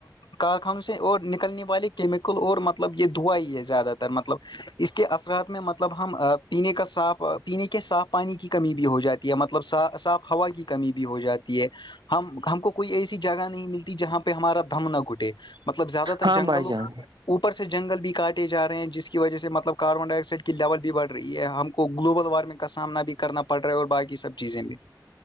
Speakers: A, on the left; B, on the right.
A: کارخانوں سے اور نکلنے والے کیمیکل اور مطلب یہ دع ہی ہے زیادہ تر مطلب اس کے اثرات میں مد مطلب ہم پینے کا صاف پینے کے صاف پانی کی کمی بھی ہو جاتی ہے مطلبا صاف ہوا کی کمی بھی ہو جاتی ہے ہم ہم کو کوئی ایسی جگہ نہیں ملتی جہاں پہ ہمارا دھم نہ گھٹے مطلب زیادہ تر
B: ہاں
A: جنگوں
B: بھائی جان
A: اوپر سے جنگل بھی کاٹے جا رہے ہیں جس کی وجہ سے مطلب کاربن ڈائی آکسائڈ کی لیول بھی بڑھ رہی ہے ہم کو گلوبل وارمنگ کا سامنا بھی کرنا پڑ رہا ہے اور باقی سب چیزیں میں